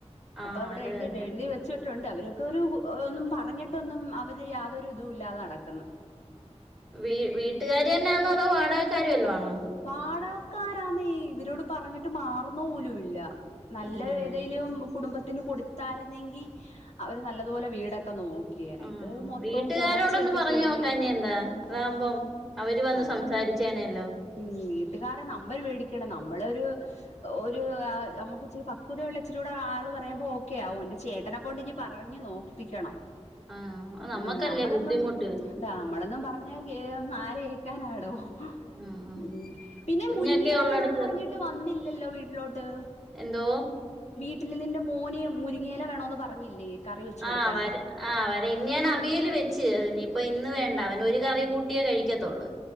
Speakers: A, in the centre; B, on the left (about 70°).
A: ആഹ്
B: അപ്പൊ അവിടെ
A: അത്
B: എഴുതി
A: തന്നെ
B: എഴുതി വെച് ണ്ട് അവരൊക്കെ ഒരു ഒന്നും പറഞ്ഞിട്ടൊന്നും അവര് യാതൊരു ഇതും ഇല്ലാതെ നടക്കുന്ന്
A: വ വീട്ടുകാര് തന്നെയാന്നോ അതോ വാടകക്കാര് വല്ലോ ആണോ
B: വാടകക്കാരാന്നേ ഇവരോട് പറഞ്ഞിട്ട് മാറുന്ന പോലുല്ല നല്ലതേതെലും
A: ഇല്ലേ
B: കുടുംബ കൊടുത്താരുന്നെങ്കി അവര് നല്ലതോലെ വീടൊക്കെ നോ <inaudible>
A: ആഹ്
B: ഇത് മൊത്തവും
A: വീട്ടുകാരോടൊന്ന്
B: പോച്ചയൊക്കെ
A: പറഞ്ഞു
B: കേറി
A: നോക്കാഞ്ഞെന്താ അതാവുമ്പം അവര് വന്ന്
B: അതാ
A: സംസാരിച്ചേനല്ലോ
B: ഉ വീട്ടുകാരെ നമ്പര് മേടിക്കണം ന നമ്മള ഒരു, ഒരു നമുക്ക് ഇച്ചിരി പക്വതയള്ള ഇച്ചരി കൂടെ ആൾ പറയുമ്പോ ഓക്കെ ആവും എന്റെ ചേട്ട എന്നെക്കൊണ്ട് ഇഞ് പറഞ്ഞ് നോക്കിപ്പിക്കണം
A: ആഹ് നമ്മക്കല്ലേ
B: ഉം നമ്മളൊന്നും
A: ബുദ്ധിമുട്ട്
B: നമ്മളന്നും പറ <unintelligible> ആര് കേക്കാനാടോ
A: ആഹ്
B: ഉ പിന്നെ
A: കുഞ്ഞൊക്കെ
B: മുരിങ്ങയില
A: ഉള്ളടത്ത്
B: വേണോന്ന് പറഞ്ഞിട്ട് വന്നില്ലല്ലോ വീട്ടിലോട്ട്
A: എന്തോ
B: വീട്ടിൽ നിന്റെ മോന് മുരിങ്ങേല വേണോന്ന് പറഞ്ഞില്ലേ കറി വെച്ചു കൊടുക്കാൻ
A: ആഹ് വര ആഹ് വരാ ഇന്ന് ഞാൻ അവിയൽ വെച്ച നിയിപ്പ ഇന്ന് വേണ്ട അവൻ ഒരു കറി കൂട്ടിയേ കഴിക്കതൊള്ളൂ